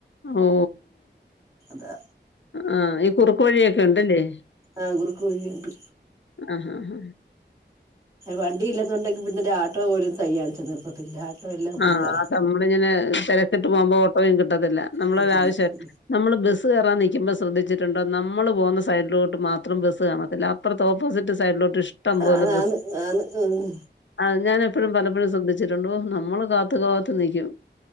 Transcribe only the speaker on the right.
അതാ
ആ കുറുക്ക് വഴിയുണ്ട്
വണ്ടി ഇല്ലെന്നുണ്ടെങ്കി പിന്നെ ഒരു ആട്ടോ പോലും കയ് കാണിച്ച നിർത്തത്തില്ല. ആട്ടോ എല്ലാം ഫുള്ളാ
ത്തത്തില്ല ഉം
ആന്ന്
ആന്ന് ആന്ന് ഉം